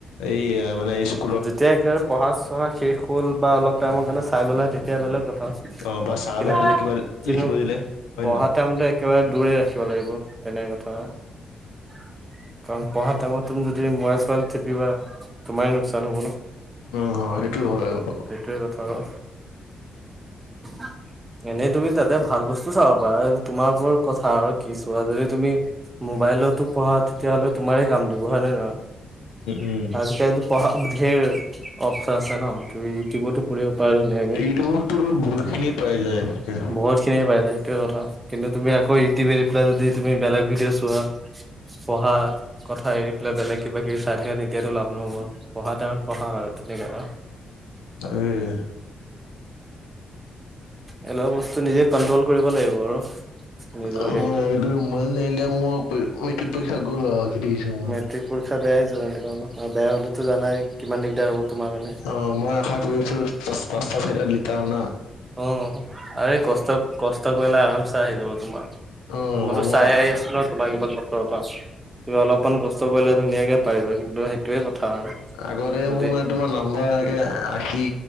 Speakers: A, on the left (about 75°); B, on the right (about 25°).
A: এই মানে ক্লু
B: যেতিয়া একেবাৰে পঢ়া চঢ়া শেষ হ'ল বা অলপ টাইমৰ কাৰণে চাই ললা তেতিয়া বেলেগ কথা। কিন্তু কিন্তু
A: অ বা ছাৰ বাইদেউহঁতে কিবা লিখিব দিলে হয়
B: পঢ়াৰ
A: নে নহয়?
B: টাইমতে একেবাৰে দূৰে ৰাখিব লাগিব তেনে কথা। <inaudible> কাৰণ পঢ়া টাইমত তুমি যদি মোবাইল চোবাইল টিপিবা তোমাৰ- লোকচান হ'ব ন'
A: উম হয় সেইটো হয়। উম
B: সেইটোৱে কথা আৰু <unintelligible> এনেই তুমি তাতে ভাল বস্তু চাব পাৰা তোমাৰ ওপৰত কথা আৰু কি ছোৱা, যদি তুমি মোবাইলতো পঢ়া তেতিয়াহলে তোমাৰে কাম দিব হয় নে নহয়
A: উম
B: আজিকালিতো পঢ়া ঢেৰ অপচন আছে ন' তুমি ইউটিউবতো পঢ়িব পাৰা ধুনীয়াকে
A: ইউটিউবতটো বহুত খিনি পাই যায় এতিয়া
B: বহুত খিনিয়ে পাই যায় সেইটোৱে কথা কিন্তু তুমি আকো ইউটিউব এৰি পেলাই যদি তুমি বেলেগ ভিডিঅ' চোৱা পঢ়াৰ কথা এৰি পেলাই বেলেগ কিবা কিবি চাই থাকা তেতিয়াতো লাভ নহব, পঢ়া টাইমত পঢ়া আৰু তেনেকুৱা
A: তাকে
B: এইবিলাক বস্তু নিজে কন্ট্ৰল কৰিব লাগিব আৰু নিজৰ
A: অ'
B: হেৰিতে।
A: এইটোয়ে মোবাইলটো নেৰিলে মোৰ প মেট্ৰিক পৰীক্ষা গল আৰু যি দেখিছো মই
B: মেট্ৰিক পৰীক্ষা বেয়া হৈ যাব এনেকা হলে আৰু বেয়া হলেটো জানাই কিমান দিগদাৰ হ'ব তোমাৰ কাৰণে।
A: অ' মই আশা কৰি আছিলো পাঁচটা চাৰিটাত লেটাৰ অনা
B: অ আৰে কষ্ট কষ্ট কৰিলে আৰামচে আহি যাব তোমাৰ,
A: অ
B: মইতো
A: মই
B: চাই আহি আছো ন তোমাক ইমান বছৰৰ পৰা, তুমি অলপমান কষ্ট কৰিলে ধুনীয়াকে পাৰিবা কিন্তু সেইটোৱে কথা আৰু
A: আগতে
B: যদি
A: মোৰ মানে তোমাৰ নাম্বাৰ আগে আশী